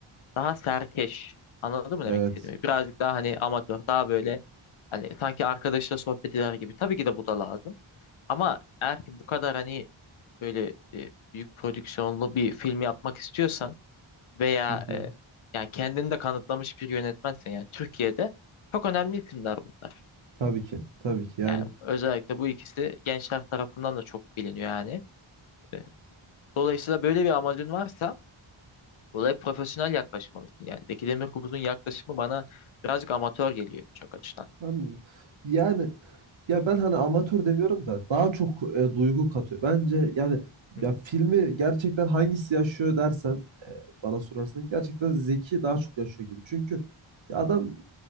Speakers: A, on the left; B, on the right.
A: daha serkeş. Anladın mı
B: Evet.
A: demek istediğimi? Birazcık daha hani amatör, daha böyle hani sanki arkadaşla sohbet eder gibi. Tabii ki de bu da lazım. Ama eğer ki bu kadar hani böyle e, büyük prodüksiyonlu bir film yapmak istiyorsan veya
B: Hı hı.
A: e, yani kendini de kanıtlamış bir yönetmensen yani Türkiye'de çok önemli isimler bunlar.
B: Tabii ki. Tabii ki. Yani
A: Yani özellikle bu ikisi gençler tarafından da çok biliniyor yani. E, Dolayısıyla böyle bir amacın varsa olaya profesyonel yaklaşmalısın. Yani Zeki Demirkubuz'un yaklaşımı bana birazcık amatör geliyor birçok açıdan.
B: Anladım. Yani ya ben hani amatör demiyorum da daha çok e, duygu katıyor. Bence yani
A: Hı.
B: ya filmi gerçekten hangisi yaşıyor dersen e, bana sorarsan gerçekten Zeki daha çok yaşıyor gibi. Çünkü ya adam